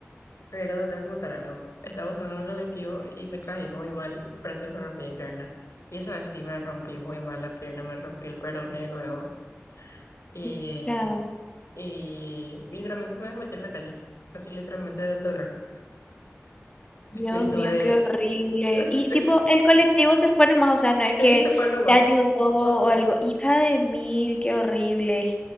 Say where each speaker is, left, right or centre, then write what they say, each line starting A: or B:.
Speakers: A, on the left; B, on the left.
A: pero te tengo que contar algo. Estaba usando un colectivo y me caí muy mal y parece que me rompí mi pierna. Y esa vez sí me rompí muy mal la pierna, me rompí el peroné luego y,
B: <laughs>
A: y literalmente me desmayé en la calle, así literalmente del dolor.
B: Dios
A: Y estuve,
B: mío, qué horrible.
A: <laughs> sí,
B: Y tipo, el colectivo se fue nomás, o sea, no es que
A: sí, se fue nomás.
B: te ayudó o
A: Oh, oh.
B: algo. Hija de mil, qué horrible.